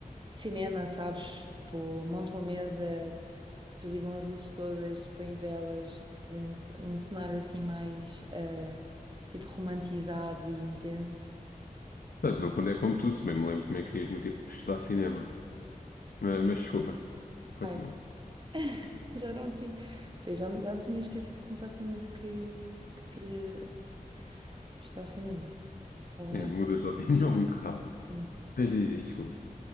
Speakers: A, on the right (about 30°); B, on the left (about 75°).
A: cinema, sabes? Tipo, montam a mesa, desligam as luzes todas, põem velas, tipo um, ce- um cenário assim mais ah, tipo romantizado e intenso.
B: Portanto, no fundo é como tu, se bem me lembro, também querias muito ir estudar cinema. Mas, mas desculpa, continua.
A: Ai, <laughs> já não tinha, eu já, me- já me tinha esquecido completamente que, que queria. Está a cinema. Estava
B: É,
A: já
B: mudas
A: no
B: de opinião <laughs> muito rápido.
A: cinema.
B: Mas diz isto, desculpa.